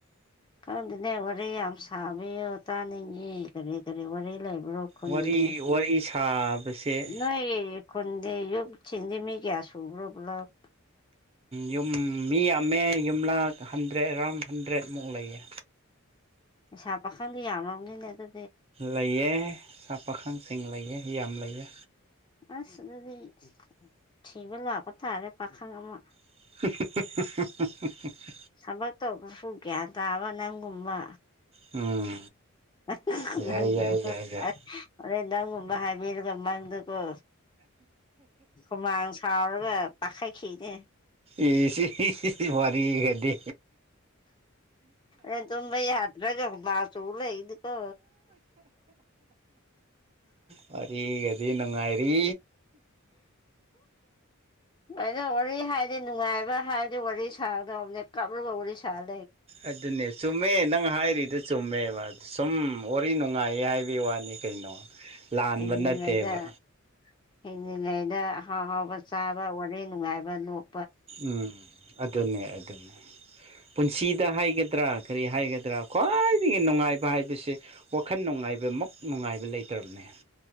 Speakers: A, on the left; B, on the right.
A: ꯈꯪꯗꯅꯦ ꯋꯥꯔꯤꯔꯦ ꯌꯥꯝ ꯁꯥꯕ ꯇꯥꯅꯤꯡꯉꯦ ꯀꯔꯤ ꯀꯔꯤ ꯋꯥꯔꯦ ꯂꯩꯕ꯭ꯔꯣ ꯈꯨꯟꯒꯦ
B: ꯋꯥꯔꯤ ꯋꯥꯔꯤ ꯁꯥꯕꯁꯦ
A: ꯅꯣꯏ ꯈꯨꯟꯗꯦ ꯌ ꯌꯨꯗꯁꯤꯡꯗꯤ ꯃꯤ ꯀꯌꯥꯁꯨ ꯁꯨꯕ꯭ꯔꯣ ꯄꯨꯂꯞ
B: ꯌꯨꯝ ꯃꯤ ꯌꯥꯝꯃꯦ ꯌꯨꯝꯂꯛ ꯍꯟꯗ꯭ꯔꯦꯠ ꯑꯦꯔꯥꯎꯟ ꯍꯟꯗ꯭ꯔꯦꯠꯃꯨꯛ ꯂꯩꯌꯦ
A: ꯑꯩꯁꯥ ꯄꯥꯈꯪꯗ ꯌꯥꯝꯃꯕꯅꯤꯅꯦ ꯑꯗꯨ
B: ꯂꯩꯑꯦ ꯁꯥ ꯄꯈꯪꯁꯤꯡ ꯂꯩꯑ ꯌꯥꯝ ꯌꯥꯝ ꯂꯩꯌꯦ
A: ꯑꯁ ꯑꯗꯨꯗꯤ ꯊꯤꯕ ꯂꯥꯛꯄ ꯇꯥꯔꯦ ꯄꯥꯈꯪ ꯑꯃ
B: <unintelligible>
A: ꯊꯕꯛ ꯇꯧꯕꯁꯨ ꯒ꯭ꯌꯥꯟ ꯇꯥꯕ ꯅꯪꯒꯨꯝꯕ
B: ꯎꯝ
A: ꯑꯣ
B: ꯌꯥꯏ
A: ꯅꯪꯒꯨꯝꯕ
B: ꯌꯥꯏ ꯌꯥꯏ ꯌꯥꯏ
A: ꯍꯣꯔꯦꯟ ꯅꯪꯒꯨꯝꯕ ꯍꯥꯏ ꯕꯤꯔꯒ ꯃꯪꯗꯀꯣ ꯍꯨꯃꯥꯡ ꯁꯥꯎꯔꯒ ꯄꯈꯠꯈꯤꯅꯦ
B: ꯑꯦ ꯁꯤ ꯋꯥꯔꯤꯒꯤ ꯒꯗꯤ
A: ꯑꯦ ꯇꯨꯝꯕ ꯌꯥꯗ꯭ꯔꯒ ꯃꯥ ꯆꯣ ꯂꯩ ꯅꯤꯀꯣ
B: ꯋꯥꯔꯤꯒꯗꯤ ꯍꯥꯏꯔꯤ ꯅꯨꯡꯉꯥꯏꯔꯤ
A: ꯑꯩꯅ ꯋꯥꯔꯤ ꯍꯥꯏꯔꯗꯤ ꯅꯨꯡꯉꯥꯏꯕ ꯍꯥꯏꯔꯗꯤ ꯋꯥꯔꯤ ꯁꯥꯗꯅꯦ ꯀꯞꯂꯒ ꯋꯥꯔꯤ ꯁꯥꯔ
B: ꯑꯗꯨꯅꯦ ꯆꯨꯝꯃꯦ ꯅꯪ ꯍꯥꯏꯔꯤ ꯑꯗꯨ ꯆꯨꯝꯃꯦꯕ ꯑꯗꯨ ꯁꯨꯝ ꯋꯥꯔꯤ ꯅꯨꯡꯉꯥꯏꯌꯦ ꯍꯥꯏꯕꯒꯤ ꯋꯥꯅꯤ ꯀꯩꯅꯣ ꯂꯥꯟꯕ
A: ꯍꯤꯡꯂꯤꯉꯩꯗ
B: ꯅꯠꯇꯦꯕ
A: ꯍꯤꯡꯂꯤꯉꯩꯗ ꯍꯥꯎ ꯍꯥꯎꯕ ꯆꯥꯕ ꯋꯥꯔꯦ ꯅꯨꯡꯉꯥꯏꯕ ꯂꯣꯛ
B: ꯎꯝ ꯑꯗꯨꯅꯦ ꯑꯗꯨꯅꯦ ꯄꯨꯟꯁꯤꯗ ꯍꯥꯏꯒꯗ꯭ꯔꯥ ꯀꯔꯤ ꯍꯥꯏꯒꯗ꯭ꯔꯥ ꯈ꯭ꯋꯥꯏꯗꯒꯤ ꯅꯨꯡꯉꯥꯏꯕ ꯍꯥꯏꯕꯁꯦ ꯋꯥꯈꯜ ꯅꯨꯡꯉꯥꯏꯕ ꯃꯛ ꯅꯨꯡꯉꯥꯏꯕ ꯂꯩꯇ꯭ꯔꯕꯅꯦ